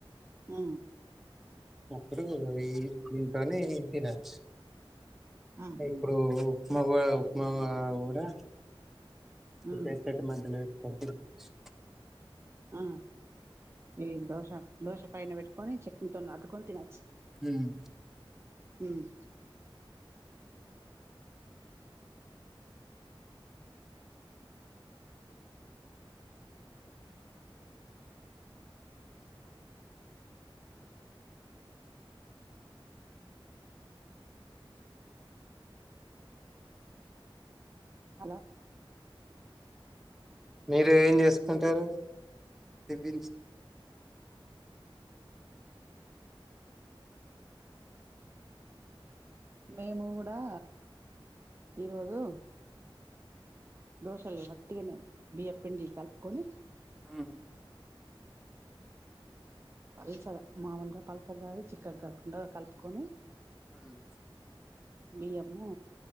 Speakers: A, on the right; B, in the centre.
A: ఉమ్
B: అప్పుడు ఈ దీంతోనే తినొచ్చు
A: ఉమ్
B: ఇప్పుడు ఉప్మా కూడా ఉప్మా ఊరా
A: ఉమ్
B: పెసరట్టు మధ్యలో వెట్టుకోని తినొచ్చు
A: ఆ ఈ దోశ దోశ పైన పెట్టుకొని చట్నీతోని అద్దుకొని తినొచ్చు
B: ఉమ్
A: హ్మ్ హలో
B: మీరు ఏం చేసుకుంటారు <unintelligible>
A: మేము కూడా ఈరోజు దోశలు వట్టిగనే బియ్యపు పిండి కలుపుకొని
B: ఉహుం
A: పల్సగా మాములుగా పల్సగ్గాదు చిక్కగు కాకుండా కలుపుకొని
B: అమ్
A: బియ్యము